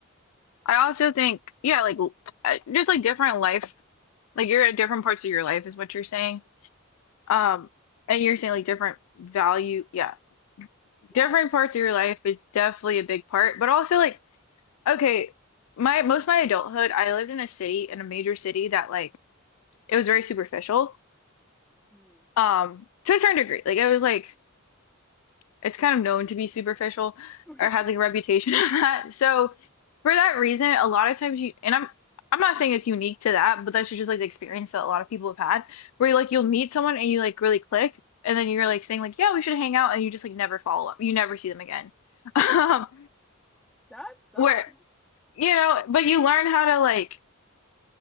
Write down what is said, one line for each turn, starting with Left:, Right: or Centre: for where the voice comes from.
Left: I also think, yeah, like l- uh, just like different life, like you're at different parts of your life is what you're saying. Um, and you're saying like different value, yeah,
Centre: Yeah.
Left: different parts of your life is definitely a big part, but also like, okay, my most of my adulthood, I lived in a city, in a major city that like it was very superficial,
Centre: Mm.
Left: um, to a certain degree. Like it was like it's kind of known to be superficial
Centre: <laughs>
Left: or has like a reputation <laughs> of that. So for that reason, a lot of times you and I'm I'm not saying it's unique to that, but that's just like the experience that a lot of people have had where like you'll meet someone and you like really click and then you're like saying like yeah we should hang out and you just like never follow up. You never see them again. <laughs>
Centre: That's
Left: Um,
Centre: that sucks.
Left: where you know, but you learn how to like